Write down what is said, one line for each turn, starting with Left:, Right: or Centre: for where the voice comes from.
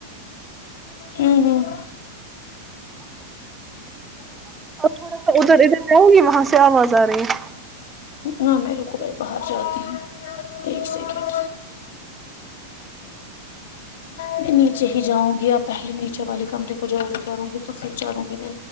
Left: ہوں ہوں
Right: تھوڑا سا ادھر ادھر آؤں گی وہاں سے آواز ز ارہی ہے
Left: ہاں میں رقئی باہر جاتی ہوں ایک سیکنڈ میں نیچے ہی جاؤں گی آپ پہلے نیچے والے کمرے کو جاڑو کروں گی تو پھر جاڑوں گی میں